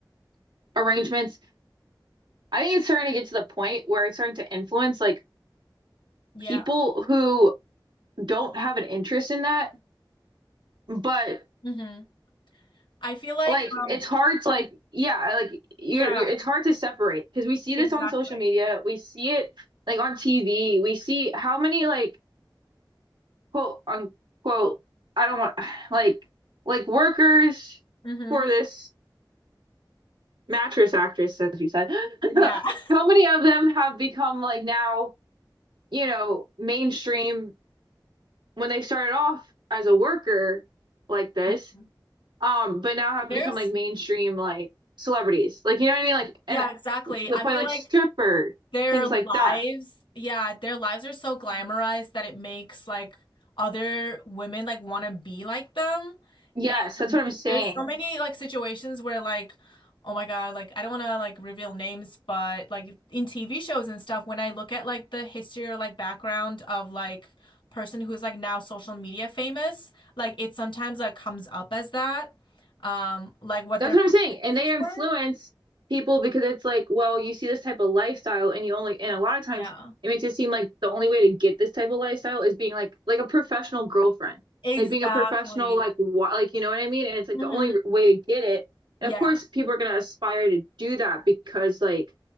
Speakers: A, on the right; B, on the left.
A: arrangements I think it's starting to get to the point where it's starting to influence like
B: Yeah.
A: people who don't have an interest in that, but
B: hmm I feel like
A: like
B: uh,
A: it's hard to like yeah, like you
B: yeah,
A: it's hard to separate because we see this
B: exactly.
A: on social media, we see it like on TV, we see how many like quote unquote I don't want <sighs> like like workers
B: hmm
A: for this mattress actress as you said. <laughs>
B: Yeah. <laughs>
A: How many of them have become like now, you know, mainstream when they started off as a worker like this
B: Mhm.
A: Um, but now have
B: There's
A: become like mainstream like celebrities. Like you know what I mean? Like
B: yeah,
A: and
B: exactly.
A: to the
B: I
A: point
B: feel
A: like
B: like
A: stripper,
B: Their
A: things
B: lives,
A: like that.
B: yeah, their lives are so glamorized that it makes like other women like want to be like them.
A: Yes, that's
B: And
A: what I'm saying.
B: there's so many like situations where like, oh my God, like I don't want to like reveal names, but like in TV shows and stuff, when I look at like the history or like background of like person who's like now social media famous, like it sometimes like comes up as that, um, like what
A: That's
B: their
A: what
B: professions
A: I'm saying. And they influence
B: were.
A: people because it's like, well, you see this type of lifestyle and you only, and a lot of times
B: Yeah.
A: it makes it seem like the only way to get this type of lifestyle is being like, like a professional girlfriend,
B: Exactly.
A: like being a professional, like what, like, you know what I mean? And it's like
B: hmm
A: the only r- way to get it. And
B: Yeah.
A: of course, people are going to aspire to do that because like,